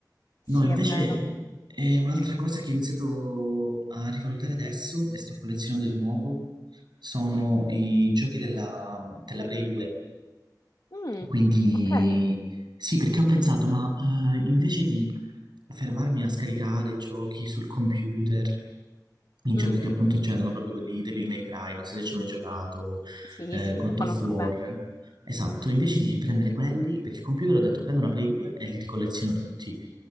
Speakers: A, on the left (about 65°); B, on the right (about 80°).
A: sì,
B: No, invece
A: è vero.
B: è un'altra cosa che ho iniziato a rivalutare adesso e sto collezionando di nuovo, sono i giochi della, della Play 2.
A: Mm,
B: Quindi
A: ok,
B: sì, perché ho pensato, ma eh, invece di fermarmi a scaricare giochi sul computer, i giochi
A: Mm,
B: che appunto c'erano proprio quelli Devil May Cry, non so se ci ho mai giocato,
A: sì,
B: eh,
A: sì,
B: God
A: lo conosco
B: of War.
A: bene.
B: Esatto, invece di prendere quelli per il computer ho detto prendo una Play 2 e li ricolleziono tutti.